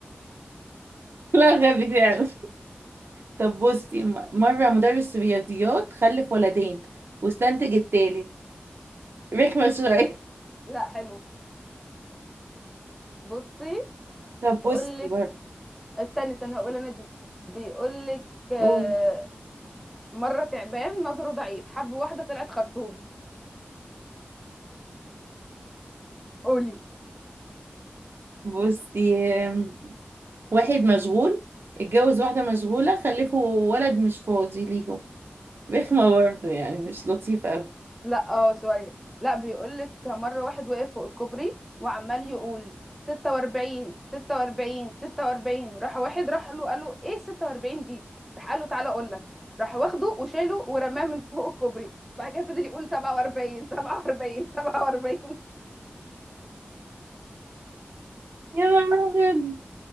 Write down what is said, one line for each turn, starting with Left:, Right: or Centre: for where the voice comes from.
Right: لا غبي فعلا طب بصي م- مرة مدرس رياضيات خلف ولدين واستنتج التالت رخمة شوية
Centre: لا حلو بصي
Right: طب
Centre: بيقولك
Right: بصي برضه
Centre: استنى استنى هقول انا دي بيقول لك آه،
Right: قول.
Centre: مره تعبان نظره ضعيف حب واحده طلعت خرطوم قولي
Right: بصي آم، واحد مشغول اتجوز واحدة مشغولة خلفوا ولد مش فاضي ليهم رخمة برضه يعني مش لطيفة أوي
Centre: لا اه شويه لا بيقول لك مره واحد وقف فوق الكوبري وعمال يقول 46 46 46 راح واحد راح له قال له ايه 46 دي راح قال له تعالى اقول لك راح واخده وشاله ورماه من فوق الكوبري بعد كده فضل يقول 47 47 47
Right: يا نهار أبيض